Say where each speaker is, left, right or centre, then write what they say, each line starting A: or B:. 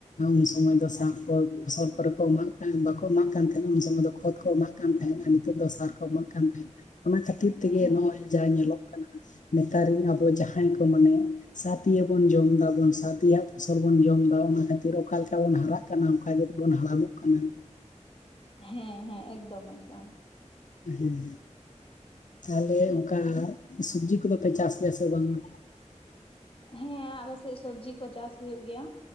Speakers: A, on the left; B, on the left.
A: ᱩᱱᱥᱚᱢᱚᱭ ᱫᱚ ᱥᱟᱨ ᱠᱚ ᱯᱷᱚᱥᱚᱞ ᱠᱚᱨᱮ ᱠᱚ ᱮᱢᱟᱜ ᱠᱟᱱ ᱵᱟᱠᱚ ᱮᱢᱟᱜ ᱠᱟᱱ ᱛᱟᱦᱮᱸᱱᱟ ᱩᱱ ᱥᱚᱢᱚᱭ ᱫᱚ ᱠᱷᱚᱛ ᱠᱚ ᱮᱢᱟᱜ ᱠᱟᱱ ᱛᱟᱦᱮᱸᱫ ᱟᱨ ᱱᱤᱛᱚᱜ ᱫᱚ ᱥᱟᱨ ᱠᱚ ᱮᱢᱟᱜ ᱠᱟᱱ ᱛᱟᱦᱮᱸᱫ, ᱚᱱᱟ ᱠᱷᱟᱹᱛᱤᱨ ᱛᱮᱜᱮ
B: ᱦᱮᱸ
A: ᱱᱚᱜᱼᱚᱭ ᱡᱟ ᱧᱮᱞᱚᱜ ᱠᱟᱱᱟ ᱱᱮᱛᱟᱨ ᱨᱮᱱ ᱟᱵᱚ ᱡᱟᱦᱟᱸᱭ ᱠᱚ ᱢᱟᱱᱮ ᱥᱟᱛᱤᱭᱟᱵᱚᱱ ᱡᱚᱢ ᱫᱟᱵᱚᱱ ᱥᱟᱛᱮᱭᱟᱜ ᱯᱷᱚᱥᱚᱞ ᱵᱚᱱ ᱡᱚᱢ ᱮᱫᱟ ᱚᱱᱟ ᱠᱷᱟᱹᱛᱤᱨ ᱚᱠᱟ ᱞᱮᱠᱟ ᱵᱚᱱ ᱦᱟᱨᱟᱜ ᱠᱟᱱᱟ ᱚᱱᱠᱟ ᱜᱮ ᱛᱚ ᱵᱚᱱ ᱦᱟᱲᱟᱢᱼᱚᱜ ᱠᱟᱱᱟ᱾
B: ᱦᱮᱸ ᱦᱮᱸ ᱮᱠᱫᱚᱢ ᱮᱠᱫᱚᱢ᱾
A: ᱦᱮᱸ, ᱛᱟᱦᱚᱞᱮ ᱚᱝᱠᱟ ᱥᱚᱵᱡᱤ ᱠᱚᱫᱚ ᱯᱮ ᱪᱟᱥ ᱜᱮᱭᱟ ᱥᱮ ᱵᱟᱝᱟ?
B: ᱦᱮᱸ, ᱟᱞᱮᱥᱮᱫ ᱥᱚᱵᱡᱤ ᱠᱚ ᱪᱟᱥ ᱦᱩᱭᱩᱜ ᱜᱮᱭᱟ,